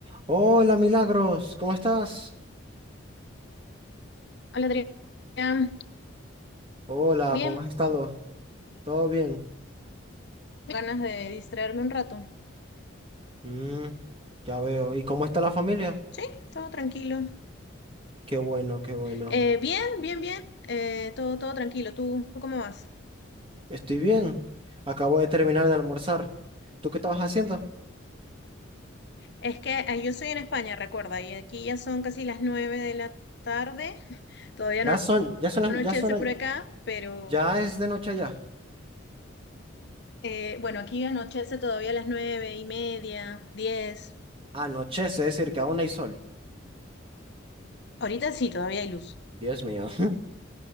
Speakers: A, on the right; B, on the left.
A: Hola, Milagros, ¿cómo estás?
B: Hola Adrián,
A: Hola,
B: bien,
A: ¿cómo has estado? ¿Todo bien?
B: ganas de distraerme un rato.
A: Mm, ya veo. ¿Y cómo está la familia?
B: Sí, todo tranquilo.
A: Qué bueno, qué bueno.
B: Eh, bien, bien, bien, eh, todo, todo tranquilo. ¿Tú, tú cómo vas?
A: Estoy bien. Acabo de terminar de almorzar. ¿Tú qué estabas haciendo?
B: Es que eh, yo soy en España, recuerda, y aquí ya son casi las nueve de la tarde. Todavía
A: Ya
B: no
A: son, ya son, las-
B: anochece
A: ya son, las-
B: por acá, pero
A: ya es de noche allá.
B: eh, bueno, aquí anochece todavía a las nueve y media, diez.
A: Anochece, es decir, que aún hay sol.
B: Ahorita sí, todavía hay luz.
A: Dios mío. <laughs>